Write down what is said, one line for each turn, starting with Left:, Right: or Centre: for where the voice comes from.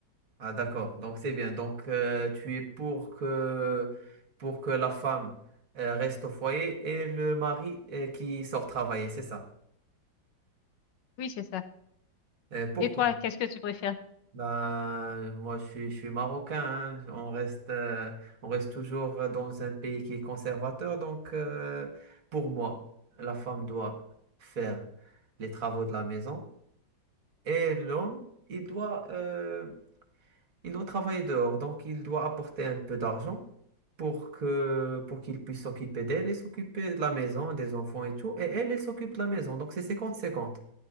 Right: Ah, d'accord. Donc, c'est bien. Donc, euh, tu es pour que, pour que la femme euh, reste au foyer et le mari euh, qui sort travailler, c'est ça?
Left: Oui, c'est ça.
Right: Euh, pourquoi?
Left: Et toi, qu'est-ce que tu préfères?
Right: Ben, moi, je suis, je suis marocain. hein. On reste, euh, on reste toujours dans un pays qui est conservateur. Donc, euh, pour moi, la femme doit faire les travaux de la maison et l'homme, il doit, euh, il doit travailler dehors. Donc, il doit apporter un peu d'argent pour que, pour qu'il puisse s'occuper d'elle et s'occuper de la maison, des enfants et tout. Et elle, elle s'occupe de la maison. Donc, c'est 50-50.